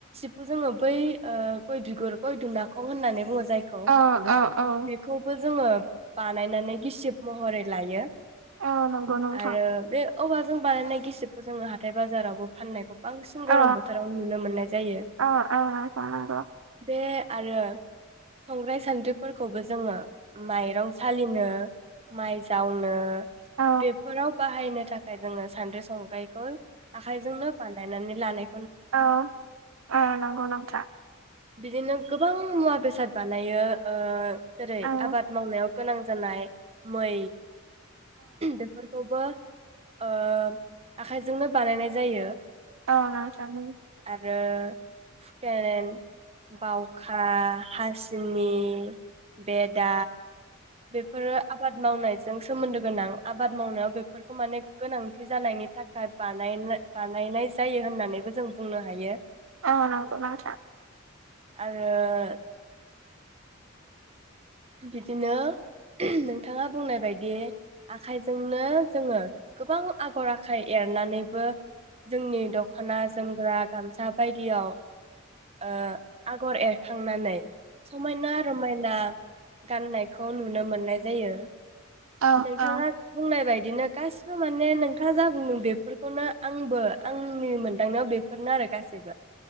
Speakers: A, on the right; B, on the right.
A: खौ जोङो बै ओ गय बिगुर गय दुनाखं होननानै बुङो जायखौ
B: औ औ औ
A: बेखौबो जोङो बानायनानै गिसिब महरै लायो
B: औ नंगौ नोंथां
A: आरो बे औवाजों बानायनाय गिसिबखौ जोङो हाथाय बाजारावबो फाननायखौ बांसिन
B: औ
A: गरम बोथोराव नुनो मोननाय जायो
B: औ औ नोंथां नंगौ
A: बे आरो संग्राय सान्द्रिफोरखौबो जोङो माइरं सालिनो माइ जावनो
B: औ
A: बेफोराव बाहा बाहायनो थाखाय जोङो सानद्रि संग्रायखौ आखाइजोंनो बानायनानै लानाय
B: औ ओ नंगौ नोंथां
A: बिदिनो गोबां मुवा बेसाद बानायो ओ जेरै
B: औ औ
A: आबाद मावनायाव गोनां जानाय मै बेफोरखौबो ओ आखाइजोंनो बानायनाय जायो
B: ओ <unintelligible>
A: ओ हुखेरेन बावखा हासिनि <unintelligible> बेदा बेफोरो आबाद मावनाय जों सोमोन्दो गोनां आबाद मावनाया बेफोरखौ माने गोनां थि जानायनि थाखाय बानायनो बानायनाय जायो होननानैबो जों बुंनो हायो
B: अ नंगौ नोंथां
A: आरो बिदिनो नोंथाङा बुंनाय बायदि आखाइजोंनो जोङो गोबां आगर आखाइ एरनानै बो जोंनि दख'ना जोमग्रा गामसा बाय दियाव ओ आगर एरखांनानै समायना रमायना गाननायखौ नुनो मोननाय जायो
B: औ
A: नोंथाङा
B: औ
A: बुंनाय बाय बिदिनो गासिबो माने नोंथाङा जा बुंदों बेफोरखौनो आंबो आंनि मोनदांनायाव बेफोरनो आरो गासैबो